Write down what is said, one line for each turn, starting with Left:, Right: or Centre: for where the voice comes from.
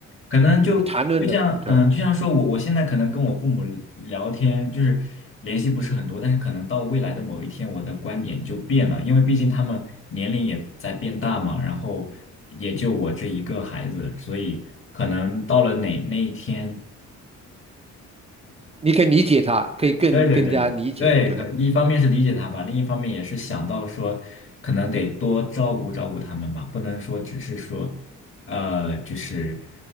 Left: 可能就就像嗯，
Right: 你谈论的，对，
Left: 就像说我我现在可能跟我父母聊天，就是联系不是很多，但是可能到未来的某一天，我的观点就变了，因为毕竟他们年龄也在变大嘛，然后也就我这一个孩子，所以可能到了哪那一天。
Right: 你可以理解他，
Left: 对对对对对，
Right: 可以更更加理解。对，
Left: 可一方面是理解他吧，另一方面也是想到说，可能得多照顾照顾他们吧，不能说只是说，呃，就是